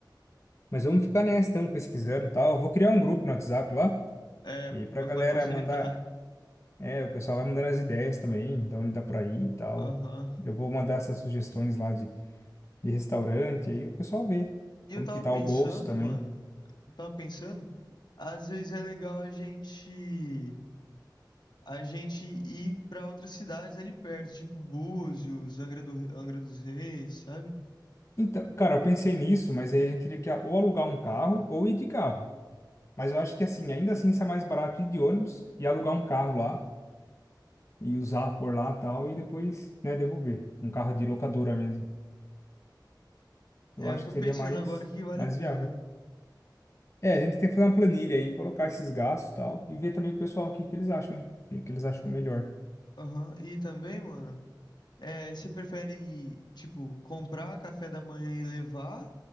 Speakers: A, on the left; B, on the left.
A: Mas vamos ficar nessa, então, pesquisando e tal. Eu vou criar um grupo no WhatsApp lá.
B: É,
A: E aí
B: vai
A: pra galera
B: vai facilitar.
A: mandar. É, o pessoal vai mandando as ideias também, então ele dá pra ir e tal.
B: Aham.
A: Eu vou mandar essas sugestões lá de, de restaurante, aí o pessoal vê
B: E
A: como
B: eu tava
A: que tá
B: pensando,
A: o bolso também.
B: mano, eu tava pensando, às vezes é legal a gente a gente ir pra outras cidades ali perto, tipo Búzios, Angra do, Angra dos Reis, sabe?
A: Então, cara, eu pensei nisso, mas aí a gente teria que ou alugar um carro ou ir de carro. Mas eu acho que assim, ainda assim isso é mais barato ir de ônibus e alugar um carro lá e usar por lá e tal, e depois, né, devolver. Um carro de locadora mesmo.
B: É,
A: Eu acho
B: eu tô
A: que
B: pensando
A: seria mais,
B: agora que vale
A: mais
B: a pena.
A: viável. É, a gente tem que fazer uma planilha aí, colocar esses gastos e tal, e ver também com o pessoal o que que eles acham, né? O que que eles acham melhor.
B: Aham. E também, mano, é, você prefere, tipo, comprar café da manhã e levar?